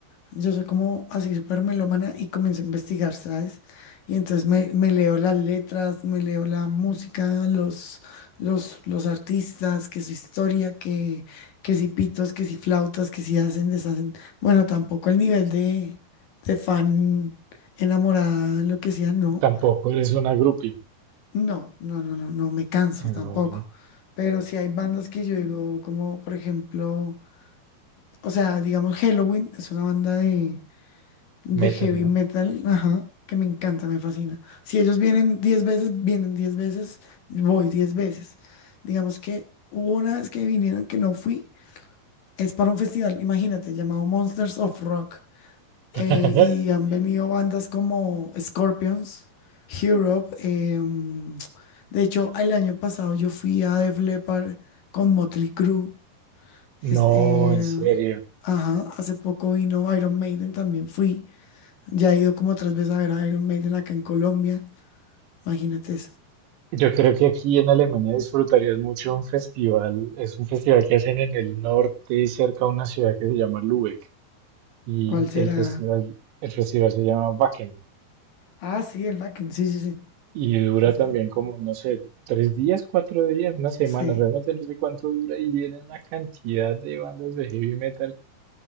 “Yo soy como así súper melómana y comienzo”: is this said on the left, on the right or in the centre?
Left